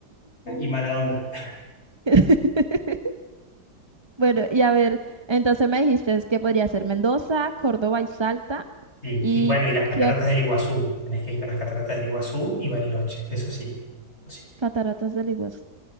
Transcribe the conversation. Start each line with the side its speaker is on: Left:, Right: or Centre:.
Left: <laughs> y mala onda.
Right: <laughs> Bueno, y a ver, entonces me dijiste es que podría ser Mendoza, Córdoba y Salta
Left: Y,
Right: y
Left: y bueno, y
Right: qué-
Left: las cataratas
Right: qué ot-
Left: del Iguazú, tenés que ir a las cataratas del Iguazú y Bariloche, eso sí, eso sí.
Right: Cataratas del Iguazú.